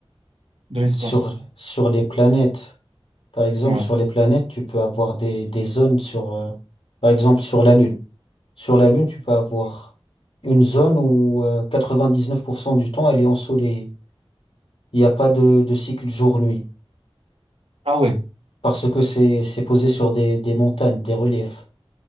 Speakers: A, on the right (about 75°); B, on the left (about 70°).
A: De l'espace.
B: sur, sur les planètes. Par exemple,
A: Ouais.
B: sur les planètes, tu peux avoir des, des zones sur, euh, par exemple, sur la Lune. Sur la Lune, tu peux avoir une zone où euh, 99% du temps, elle est ensoleillée. Il n'y a pas de, de cycle jour-nuit,
A: Ah ouais.
B: parce que c'est, c'est posé sur des, des montagnes, des reliefs.